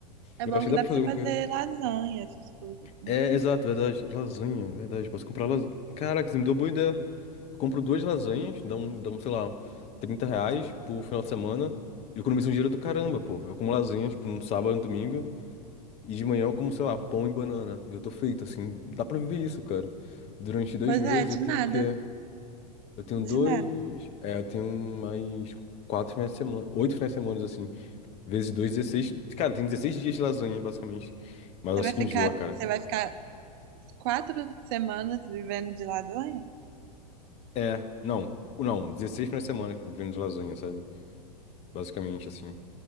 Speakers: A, on the right; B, on the left.
A: É
B: Eu
A: bom
B: acho que
A: que
B: dá
A: dá
B: pra
A: pra
B: fazer
A: você
B: alguma
A: fazer
B: coisa.
A: lasanha, essas coisas, né?
B: É, exato, verdade. Lasanha, verdade. Posso comprar lasanha. Caraca, você me deu boa ideia. Eu compro duas lasanhas, dá um, dá um, sei lá, 30 reais por final de semana. E eu economizo um dinheiro do caramba, pô. Eu como lasanha, tipo, no sábado e no domingo. E de manhã eu como, sei lá, pão e banana. E eu tô feito, assim, dá pra viver isso, cara. Durante dois
A: Pois
B: meses
A: é, de
B: eu tenho
A: nada.
B: o quê? Eu tenho
A: De
B: dois.
A: nada.
B: É, eu tenho mais quatro finais de semana. Oito finais de semana, assim. Vezes dois, dezesseis Cara, tem 16 dias de lasanha, basicamente. Mas
A: Você
B: acho
A: vai ficar,
B: que enjoa, cara.
A: você vai ficar quatro semanas vivendo de lasanha?
B: É, não. Não, 16 finais de semana vivendo de lasanha, sabe? Basicamente, assim.